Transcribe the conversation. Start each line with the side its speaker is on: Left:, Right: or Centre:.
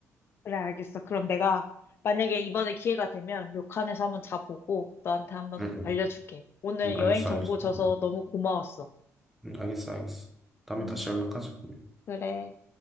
Left: 그래, 알겠어. 그럼 내가 만약에 이번에 기회가 되면 료칸에서 한번 자보고 너한테 한번
Centre: 응, 응.
Left: 알려줄게. 오늘
Centre: 응,
Left: 여행
Centre: 알겠어,
Left: 정보
Centre: 알겠어.
Left: 줘서
Centre: 응,
Left: 너무 고마웠어.
Centre: 응, 알겠어, 알겠어. 다음에
Left: 음,
Centre: 다시 연락하자.
Left: 그래.